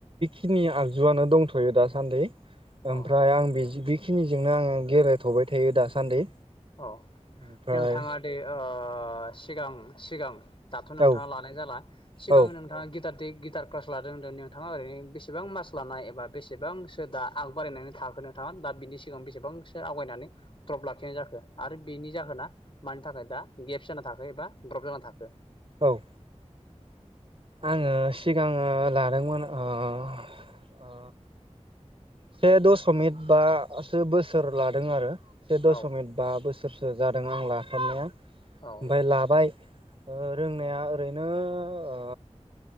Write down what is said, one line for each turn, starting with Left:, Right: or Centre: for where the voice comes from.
Right: खिनि आगजुआनो दंथयो दासान्दि ओमफ्राय
Left: औ
Right: आं <unintelligible> बेखिनिजोंनो आङो गेलेथबाय थायो दासान्दि
Left: औ
Right: ओमफ्राय
Left: नोंथाङा दे ओ सिगां सिगां दाथ नोंथाङा
Right: औ
Left: लानाय जाला सिगां
Right: औ
Left: नोंथाङा गिटार गिटार क्लास लादों होनदों नोंथाङा ओरैनो बेसेबां मास लानाय एबा बेसेबांसोदा आग बारायनायनि थाखाय थाखो नोंथाङा दा बिनि सिगां बेसेबांसो आवगायनानै द्रप लाखिनाय जाखो आरो बेनि जाहोना मानि थाखाय दा गेप्स जाना थाखो एबा द्रप जाना थाखो
Right: औ आङो सिगाङो लादोंमोन ओ से दसमित बासो बोसोर लादों आरो से दसमित
Left: औ
Right: बा बोसोरसो थु जादों आं लाखनाया ओमफ्राय
Left: औ
Right: लाबाय रोंनाया ओरैनो ओ